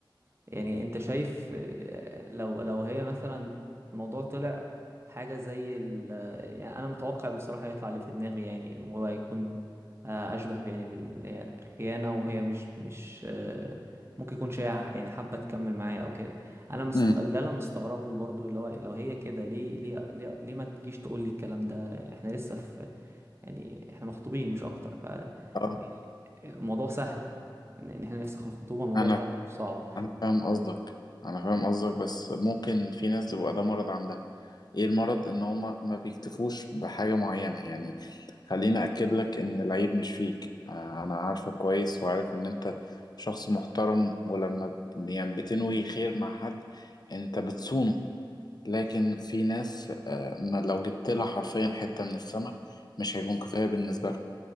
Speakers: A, on the right; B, on the left.
A: يعني انت شايف آه، لو لو هي مثلا الموضوع طلع حاجة زي ال آه، يعني انا متوقع بصراحة يطلع اللي في دماغي يعني وهو هيكون آه، اشبه ب- يعني بالخيانة وهي مش مش آه، ممكن يكون شيء يعني حابة تكمل معايا او كده انا مست...
B: امم
A: اللي انا مستغرب له برضو اللي هو لو هي كده ليه ليه ليه, ليه ما تجيش تقول لي الكلام ده احنا لسه في يعني احنا مخطوبين مش اكتر ف
B: اه
A: يعني الموضوع سهل ان إن احنا نفسخ الخطوبة الموضوع
B: أنا
A: سهل مش صعب
B: أنا فاهم قصدك أنا فاهم قصدك بس ممكن في ناس بيبقى ده مرض عندها إيه المرض إن هما ما بيكتفوش بحاجة معينة يعني خليني أكد لك إن العيب مش فيك آه، أنا عارفك كويس وعارف إن أنت شخص محترم ولما ب- يعني بتنوي خير مع حد أنت بتصونه لكن في ناس آه، ما لو جبت لها حرفيا حتة من السماء مش هيكون كفاية بالنسبة لها